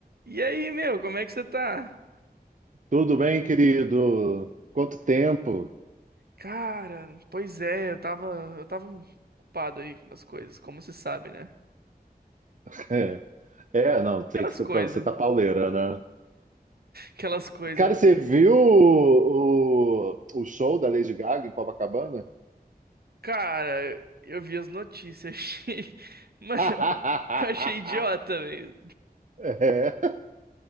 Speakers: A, on the right; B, on the right.
A: E aí, meu, como é que você tá?
B: Tudo bem, querido? Quanto tempo?
A: Cara, pois é, eu tava, eu tava ocupado aí com as coisas, como você sabe, né?
B: <laughs> É, é, não, tem
A: Aquelas
B: que ser
A: coisas,
B: pra você tá pauleira, né?
A: aquelas coisas,
B: Cara,
A: né?
B: você viu o, o, o show da Lady Gaga em Copacabana?
A: Cara, eu vi as notícias, <laughs> achei... Mano,
B: <laughs>
A: eu achei idiota, velho.
B: É,